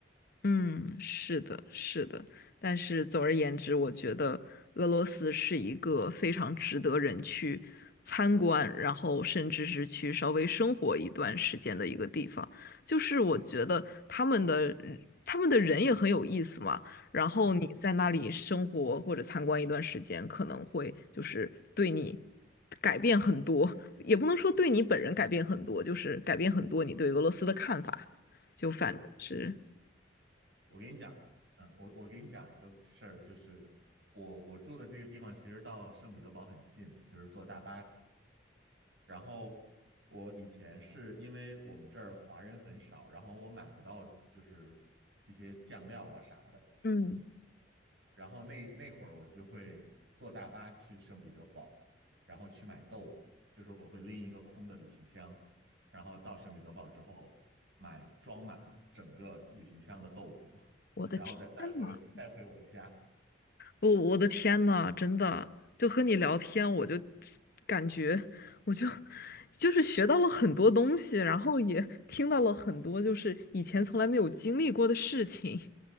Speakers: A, on the left; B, on the right.
A: 嗯，是的，是的，但是总而言之，我觉得俄罗斯是一个非常值得人去参观，然后甚至是去稍微生活一段时间的一个地方。就是我觉得他们的他们的人也很有意思嘛，然后你在那里生活或者参观一段时间，
B: 嗯，
A: 可能会就是对你改变很多，也不能说对你本人改变很多，就是改变很多你对俄罗斯的看法。就反正是。
B: 对，我给你讲，嗯，我我给你讲一个事儿，就是我我住的这个地方其实到圣彼得堡很近，就是坐大巴。然后我以前是因为我们这儿华人很少，然后我买不到就是这些酱料啊啥的，
A: 嗯，
B: 然后那那会儿我就会坐大巴去圣彼得堡，然后去买豆腐，就是我会拎一个空的旅行箱，然后到圣彼得堡之后买装满整个旅行箱的豆腐，<laughs>
A: 我的天呐，
B: 然后再带回带回我家。
A: 我我的天呐，真的，就和你聊天，我就感觉，我就就是学到了很多东西，然后也听到了很多就是以前从来没有经历过的事情。